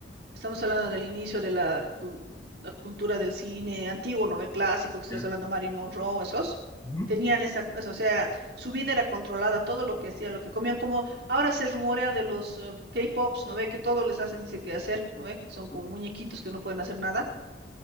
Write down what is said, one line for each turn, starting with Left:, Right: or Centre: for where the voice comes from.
Right: Estamos hablando del inicio de la, cu- la cultura del cine antiguo, ¿no? El clásico, que estás
Left: ya.
Right: hablando Marilyn Monroe, esos.
Left: Ujú.
Right: Tenían esa, eso, o sea, su vida era controlada, todo lo que hacían, lo que comían, como ahora se rumorea de los eh, K-pops, ¿no ve? Que todo les hacen, dice que hacer, ¿no ve? Son como
Left: Sí.
Right: muñequitos que no pueden hacer nada.